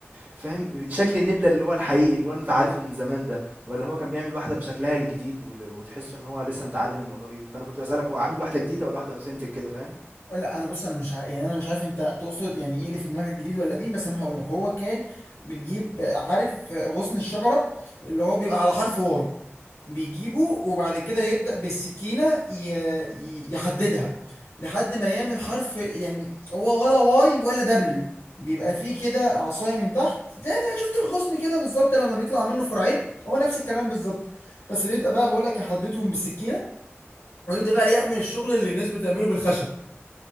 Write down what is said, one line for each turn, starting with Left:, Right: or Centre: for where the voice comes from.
Right: فاهم شكل النبلة اللي هو الحقيقي اللي هو أنت عارفه من زمان ده ولا هو كان بيعمل واحدة بشكلها الجديد وال- وتحس إن هو لسه متعلم الموضوع جديد فأنا كنت بسألك هو عامل واحدة جديدة ولا واحدة أوثنتك كده فاهم
Left: لا انا بص انا مش ع... يعني انا مش عارف انت تقصد يعني ايه اللي في دماغك جديد ولا قديم بس انا هقول لك هو كان بتجيب عارف غصن الشجره اللي هو بيبقى على حرف واي بيجيبه وبعد كده يبدا بالسكينه ي... ي- يحددها لحد ما يعمل حرف يعني هو ولا واي ولا دبليو بيبقى فيه كده عصايه من تحت زي انا شفت الغصن كده بالظبط لما بيطلع منه فرعين هو نفس الكلام بالظبط بس بيبدا بقى بقول لك يحددهم بالسكينه ويبدا بقى يعمل الشغل اللي الناس بتعمله بالخشب